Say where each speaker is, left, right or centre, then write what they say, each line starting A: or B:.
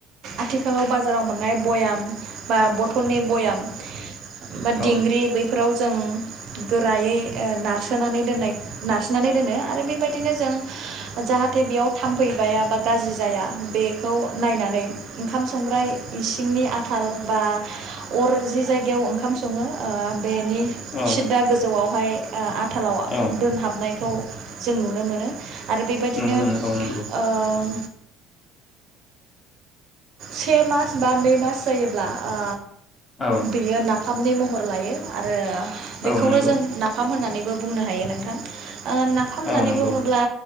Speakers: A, on the right (about 60°); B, on the left (about 35°).
A: आथिखालाव बाजाराव मोननाय भयाम बा बथ थलनि बयाम
B: औ
A: बा दिंग्रि बैफो जों गोरायै ओ नारसोनानै दोननाय नारसोनानै दोनो आरो बेबायदिनो जों जाहाथे बेयाव थामफै बाया बा गाज्रि जाया। बेखौ नायनानै ओंखाम संग्राय इसिंनि आथाल बा अर जि जायगायाव ओंखाम स सङो ओ बेनि
B: औ
A: सिददा गोजौआव हाय ओ आथालाव
B: औ
A: दोनहाबनाय खौ जों नुनो मोनो। आरो बेबादिनो
B: नुनो मोनो औ नंगौ
A: ओ <inaudible> से मास बा नै मास जायोब्ला ओ
B: औ
A: बेयो ना फामनि महर लायो आरो बेखौनो
B: औ नंगौ
A: जों नाफाम हो होननानैबो बुंनो हायो नोंथां। ओ नाफाम होननानै
B: औ नंगौ
A: बुङोब्ला